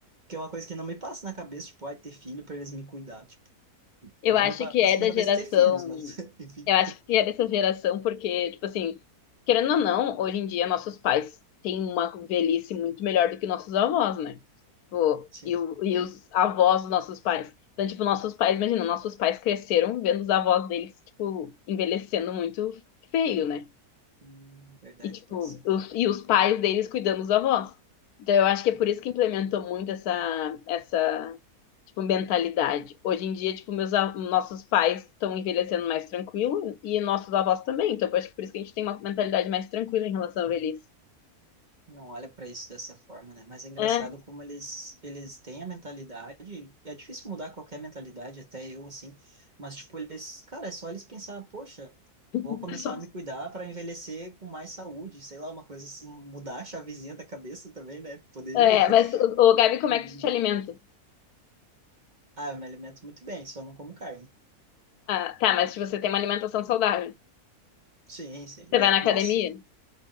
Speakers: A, on the right; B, on the left.
A: que é uma coisa que não me passa na cabeça, tipo, ai, ter filho para eles me cuidar, tipo,
B: Eu
A: não
B: acho
A: me passa
B: que é da
A: na cabeça
B: geração.
A: ter filhos, mas, <laughs> enfim,
B: Eu acho que é dessa geração, porque, tipo assim, querendo ou não, hoje em dia nossos pais têm uma velhice muito melhor do que nossos avós, né? Tipo,
A: sim.
B: e, o- e os avós dos nossos pais. Então, tipo, nossos pais, imagina, nossos pais cresceram vendo os avós deles, tipo, envelhecendo muito feio, né?
A: Hum, verdade,
B: E, tipo,
A: pode ser.
B: os, e os pais deles cuidando dos avós. Então, eu acho que é
A: Uhum.
B: por isso que implementou muito essa, essa, tipo, mentalidade. Hoje em dia, tipo, meus, a- nossos pais estão envelhecendo mais tranquilo e nossos avós também. Então, eu acho que por isso que a gente tem uma mentalidade mais tranquila em relação à velhice.
A: Não olha para isso dessa forma, né? Mas é engraçado
B: É,
A: como eles eles têm a mentalidade, e é difícil mudar qualquer mentalidade, até eu assim, mas tipo eles, cara, é só eles pensar, poxa,
B: <laughs>
A: vou começar
B: pessoal.
A: a me cuidar para envelhecer com mais saúde, sei lá, uma coisa assim, mudar a chavezinha da cabeça também, né? Poderia.
B: É,
A: <laughs>
B: mas, ô, ô, Gabi, como
A: Uhum.
B: é que tu te alimenta?
A: Ah, eu me alimento muito bem, só não como carne.
B: Ah, tá, mas se você tem uma alimentação saudável,
A: Sim, sim.
B: você
A: Já...
B: vai na academia?
A: Nossa,